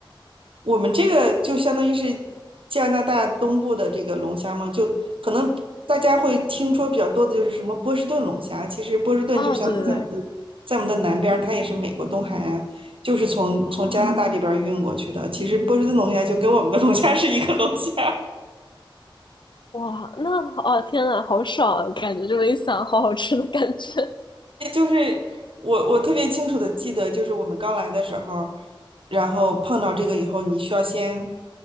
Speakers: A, on the right; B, on the left.
A: 我们这个就相当于是加拿大东部的这个龙虾嘛，就可能大家会听说比较多的就是什么波士顿龙虾，其实波士顿就相当于在我们的在我们的南边儿它也是美国东海岸，
B: 哦，对对对。
A: 就是从从加拿大这边儿运过去的。
B: 哦。
A: 其实波士顿龙虾就跟我们的龙虾是一个龙虾。
B: 哇，那哦天呐，好爽啊！感觉这么一想，好好吃的感觉，
A: 就是我我特别清楚的记得，就是我们刚来的时候，然后碰到这个以后，你需要先